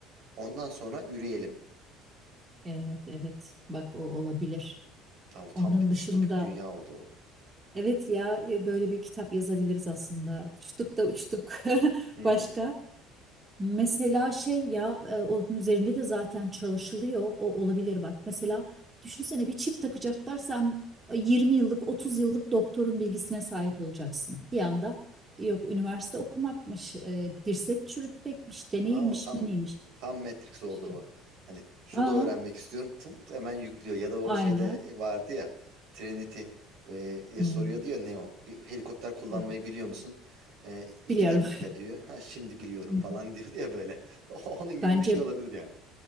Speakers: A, on the right; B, on the right.
A: Ondan sonra üreyelim.
B: Evet, evet. Bak o olabilir.
A: Ama tam
B: Onun
A: bir distopik
B: dışında
A: dünya oldu o.
B: evet ya e, böyle bir kitap yazabiliriz aslında. Uçtuk da uçtuk. <laughs>
A: Hı
B: Başka?
A: hı.
B: Mesela şey ya e, onun üzerinde de zaten çalışılıyor. O olabilir bak. Mesela düşünsene bir çip takacaklar sen 20 yıllık 30 yıllık doktorun bilgisine sahip olacaksın. Bir anda yok üniversite okumakmış, e, dirsek çürütmekmiş, deneyimmiş,
A: Ama tam
B: meneymiş.
A: tam Matrix oldu
B: Şey.
A: bu. Hani judo
B: Aa,
A: öğrenmek istiyorum. Tıp hemen yüklüyor. Ya da o
B: aynen.
A: şeyde e, vardı ya Trinity e, diye
B: Hmm,
A: soruyor diyor Neo. Bir helikopter kullanmayı
B: evet,
A: biliyor musun? E, iki
B: biliyorum.
A: dakika diyor. Ha şimdi biliyorum
B: <laughs> Hı
A: falan
B: hı.
A: <laughs> diyor ya böyle. <laughs> Onun gibi
B: Bence
A: bir şey olabilir yani.